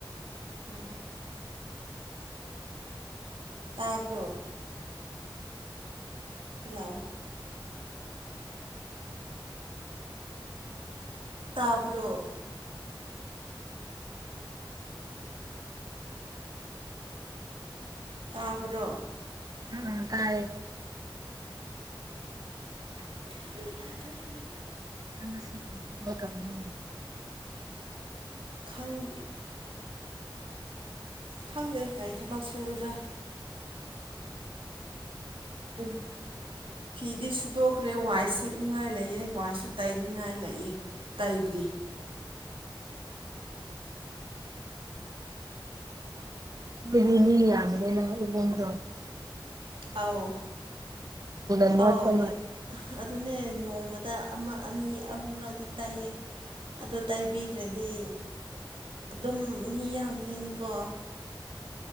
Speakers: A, on the right (about 85°); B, on the right (about 45°).
A: ꯑꯣ ꯇꯥꯕ꯭ꯔꯣ ꯍꯜꯂꯣ ꯇꯥꯕ꯭ꯔꯣ ꯇꯥꯕ꯭ꯔꯣ
B: ꯑꯝ ꯇꯥꯏꯦ
A: ꯑ
B: ꯅꯅ ꯁꯤ ꯀ ꯊ ꯇꯃ
A: ꯈꯪ ꯈꯪꯗꯦ ꯒꯥꯔꯤ ꯊꯕꯛ ꯁꯨꯒꯗ꯭ꯔꯥ ꯎꯝ ꯐꯤꯗꯤ ꯁꯨꯗꯣꯛꯈ꯭ꯔꯦ ꯋꯥꯏ ꯁꯤꯠꯅꯤꯡꯉꯥꯏ ꯂꯩꯑꯦ ꯋꯥꯏꯁꯨ ꯇꯩꯅꯤꯡꯉꯥꯏ ꯂꯩꯑꯦ ꯇꯥꯏꯗ꯭ꯔꯤ
B: ꯑꯗꯨꯗꯤ ꯃꯤ ꯌꯥꯕꯅꯤꯅ ꯏꯕꯣꯝꯗꯣ
A: ꯑꯥꯎ
B: ꯃꯣꯠꯄ
A: ꯑꯥꯎ
B: ꯃꯥꯜꯂꯦ
A: ꯑꯗꯨꯅꯦ ꯅꯣꯡ ꯣꯡ ꯑꯃ ꯑꯅꯤ ꯑꯍꯨꯝꯂꯛꯇꯤ ꯇꯥꯏꯌꯦ ꯑꯗꯨ ꯇꯥꯏꯕꯤꯗ꯭ꯔꯗꯤ ꯑꯗꯨꯝ ꯃꯤ ꯌꯥꯝꯅꯤꯅꯀꯣ